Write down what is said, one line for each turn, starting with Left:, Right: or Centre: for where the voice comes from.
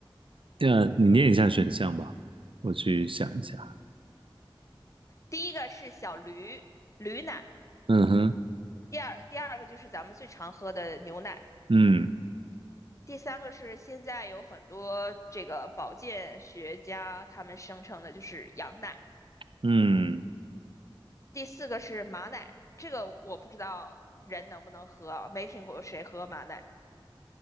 Right: 这样，你念一下选项吧，我去想一下。
Left: 第一个是小驴驴奶，
Right: 嗯哼，
Left: 第二第二个就是咱们最常喝的牛奶，
Right: 嗯
Left: 第三个是现在有很多这个保健学家他们声称的就是羊奶，
Right: 嗯
Left: 第四个是马奶，这个我不知道人能不能喝啊，没听过谁喝马奶